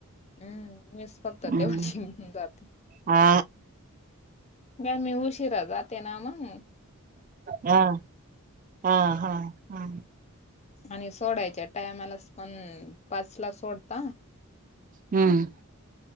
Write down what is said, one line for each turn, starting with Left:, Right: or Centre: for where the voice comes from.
Left: हम्म मीस फक्त
Right: हम्म
Left: तेवढी जाते.
Right: हा
Left: ग मी उशिरा जाते ना म्हणून.
Right: हा. हा हा हा.
Left: आणि सोडायच्या टायमलाच पण पाच ला सोडता.
Right: हम्म.